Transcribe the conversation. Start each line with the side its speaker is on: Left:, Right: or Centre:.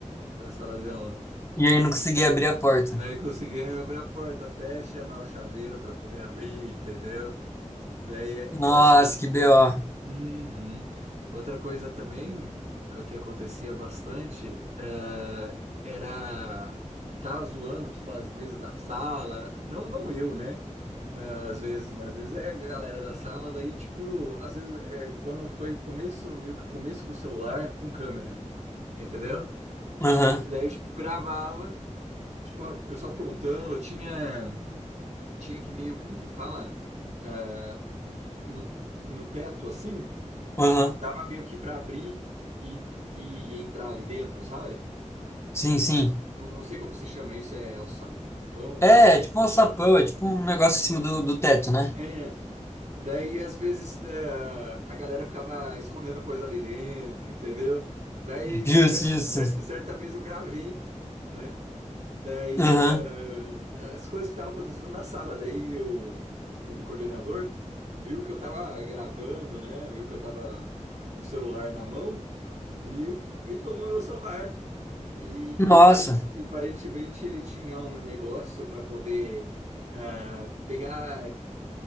Right: da sala de aula.
Left: E aí não consegui abrir a porta.
Right: Daí conseguia abrir a porta até chamar o chaveiro para poder abrir, entendeu? Daí
Left: Nossa,
Right: era. compli-
Left: que BO.
Right: Uhum. Outra coisa também, eh, que acontecia bastante, eh, era. Tá zoando, tipo, as mesas da sala. Não, não eu, né? Mas às vezes, mas às vezes é a galera da sala, daí, tipo, às vezes é quando foi o começo, meio que o começo do celular com câmera, entendeu?
Left: Aham,
Right: Da- Daí, tipo, gravava, tipo, a pessoa aprontando, tinha, tinha que meio, como que fala? Eh, no no teto assim,
Left: aham.
Right: dava meio que para abrir e, e entrar ali dentro, sabe?
Left: Sim, sim.
Right: Não, não sei como se chama isso, é alçapão,
Left: É,
Right: algo assim.
Left: é tipo um alçapão, é tipo um negócio em cima do, do teto, né?
Right: É, daí às vezes é, a galera ficava escondendo coisa ali dentro, entendeu? Daí
Left: Justo,
Right: cer-
Left: justo.
Right: cer- certa vez eu gravei, né? Daí,
Left: Aham.
Right: eh, as coisas que estavam acontecendo na sala, daí o, o coordenador viu que eu tava gravando, né? Viu que eu tava com o celular na mão e, e tomou meu celular. E,
Left: Nossa,
Right: e, pare- e aparentemente ele tinha um negócio para poder ah, pegar,